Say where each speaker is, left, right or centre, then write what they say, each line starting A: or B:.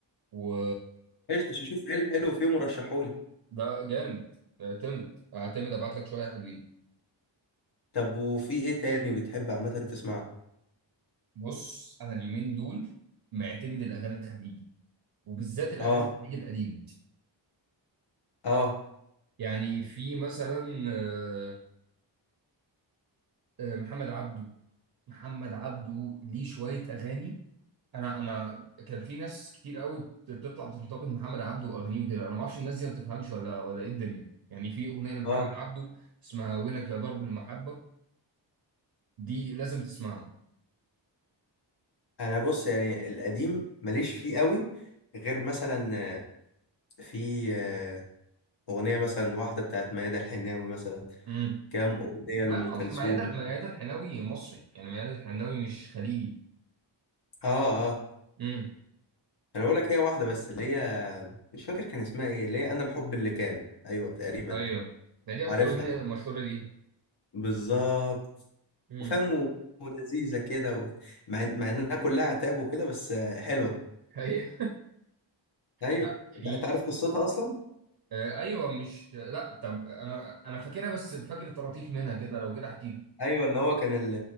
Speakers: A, on the right; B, on the left.
A: و
B: قشطه شوف ايه الحلو فيهم ورشحولي
A: ده جامد اعتمد اعتمد ابعت لك شويه حلوين
B: طب وفي ايه تاني بتحب عامه تسمعه
A: بص انا اليومين دول معتمد الاغاني الخليجي وبالذات الاغاني
B: اه
A: الخليجي القديمه
B: اه
A: يعني في مثلا آه، آه، محمد عبده محمد عبده ليه شويه اغاني انا انا كان في ناس كتير قوي بتطلع بتنتقد محمد عبده واغانيه وكده انا ما اعرفش الناس دي ما بتفهمش ولا ولا ايه الدنيا يعني في اغنيه لمحمد
B: اه
A: عبده اسمها وينك يا ضرب المحبه دي لازم تسمعها
B: انا بص يعني القديم ماليش فيه قوي غير مثلا آه، في آه، اغنيه مثلا واحده بتاعت ميادة الحناوي مثلا
A: امم
B: كام اغنيه
A: لا
B: لام
A: هو
B: كلثوم
A: ميادة ميادة الحناوي مصري يعني ميادة الحناوي مش خليجي
B: اه اه
A: امم
B: انا بقول لك هي واحده بس اللي هي مش فاكر كان اسمها ايه اللي هي انا الحب اللي كان ايوه تقريبا
A: ايوه ده دي
B: عارفها
A: اكتر اغنيه مشهوره دي
B: بالظبط
A: امم
B: وفاهم و- ولذيذه كده و... مع مع انها كلها عتاب وكده بس آه، حلوه
A: ايوه
B: ايوه
A: لا في
B: انت أنت عارف قصتها اصلا
A: آه ايوه مش لا طب انا انا فاكرها بس فاكر طراطيف منها كده لو كده احكي
B: ايوه اللي هو كان ال...